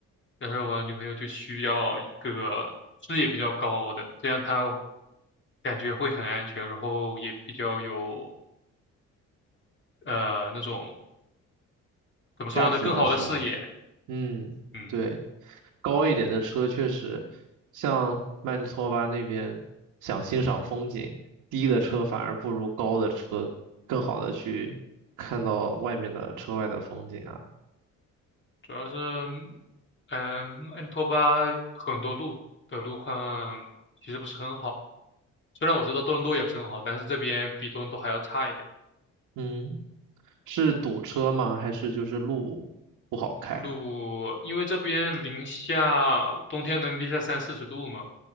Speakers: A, on the left; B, on the right.
A: 但是我女朋友就需要一个视野比较高的，这样她感觉会很安全，然后也比较有呃那种怎么说呢，
B: 驾驶的时候。
A: 更好的视野。
B: 嗯，
A: 嗯，
B: 对，高一点的车确实，像曼尼托巴那边想欣赏风景，低的车反而不如高的车更好的去看到外面的车外的风景啊。
A: 主要是呃嗯，安托巴很多路的路况其实不是很好。虽然我知道多伦多也不是很好，但是这边比多伦多还要差一点。
B: 嗯，是堵车吗？还是就是路不好开？
A: 路，因为这边零下，冬天能零下三四十度嘛，